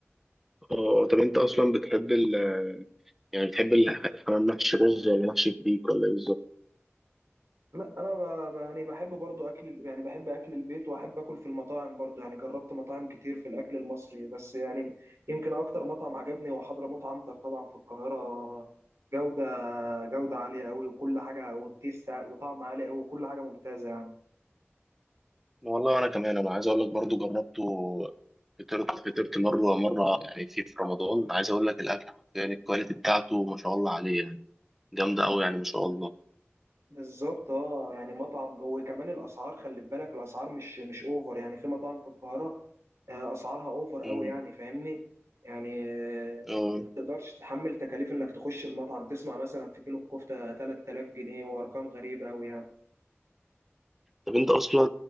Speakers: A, in the centre; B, on the right.
A: أه طب أنت أصلا بتحب ال يعني بتحب الح- الحمام محشي رز ولا محشي فريك ولا إيه بالظبط؟
B: لا انا ب... ب- يعني بحب برضو اكل يعني بحب اكل البيت واحب اكل في المطاعم برضو يعني جربت مطاعم كتير في الاكل المصري بس يعني يمكن اكتر مطعم عجبني هو حضرموت عنتر طبعا في القاهرة جودة جودة عالية قوي وكل حاجة والتيست ع- وطعم عالي قوي وكل حاجة ممتازة يعني
A: والله انا كمان انا عايز اقول لك برضو جربته فطرت فطرت مره مره يعني في في رمضان عايز اقول لك الاكل يعني الكواليتي بتاعته ما شاء الله عليه يعني جامده قوي يعني ما شاء الله
B: بالظبط اه يعني مطعم وكمان الاسعار خلي بالك الاسعار مش مش اوفر يعني في مطاعم في القاهره آه، اسعارها اوفر قوي
A: امم
B: يعني فاهمني يعني آه،
A: اه
B: ما تقدرش تتحمل تكاليف انك تخش المطعم تسمع مثلا في كيلو الكفته 3000 جنيه وارقام غريبه قوي يعني
A: طب انت اصلا